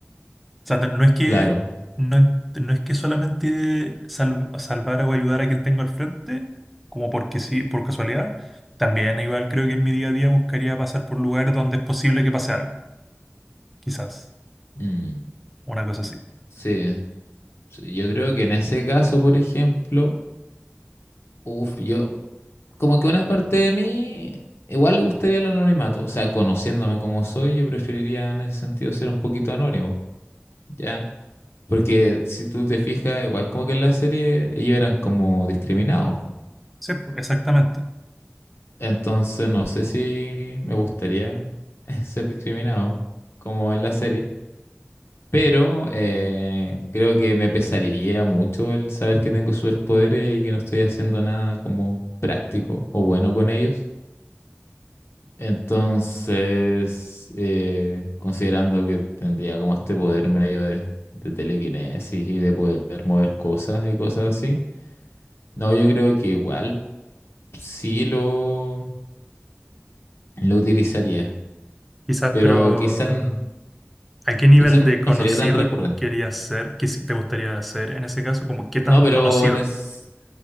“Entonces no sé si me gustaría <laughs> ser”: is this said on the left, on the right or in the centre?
Left